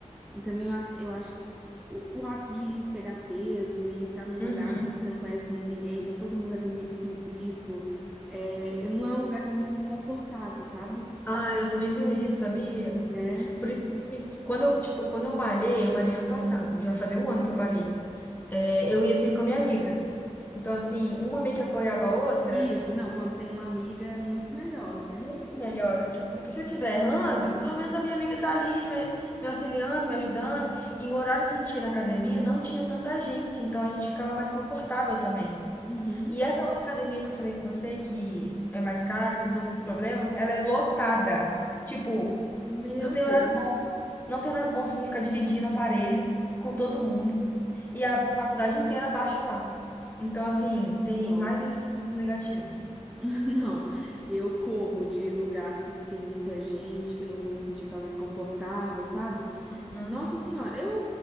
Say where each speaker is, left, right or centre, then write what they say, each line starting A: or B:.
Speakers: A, in the centre; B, on the left (about 15°).
A: E também eu acho, eu acho que o, o hábito de ir pegar peso e estar num lugar
B: Uhum.
A: que você não conhece ninguém, tá todo mundo ali meio esquisito. É, eu, não é um lugar que eu me sinto confortável, sabe?
B: Ah, eu também tenho isso, sabia?
A: É.
B: Por isso que quando eu, tipo, quando eu malhei, eu malhei ano passado, já fazia um ano que eu parei. É, eu ia sempre com a minha amiga. Então, assim, uma meio que apoiava a outra,
A: Isso, não, quando tem uma amiga é muito melhor, né?
B: muito melhor. Então, tipo, porque se eu estiver errando, pelo menos a minha amiga tá ali me, me auxiliando, me ajudando. E o horário que a gente ia na academia não tinha tanta gente, então a gente ficava mais confortável também.
A: Uhum.
B: E essa outra academia que eu falei com você, que é mais cara e tem todos esses problemas, ela é lotada. Tipo,
A: Meu
B: não tem
A: Deus.
B: horário bom. Não tem horário bom, significa dividindo aparelho com todo mundo. E a faculdade inteira baixa lá. Então, assim, tem
A: Nossa,
B: mais esses pontos negativos.
A: <laughs> não. Eu corro de lugar assim que tem muita gente, que eu não vou me sentir talvez confortável, sabe?
B: Uhum.
A: Nossa senhora, eu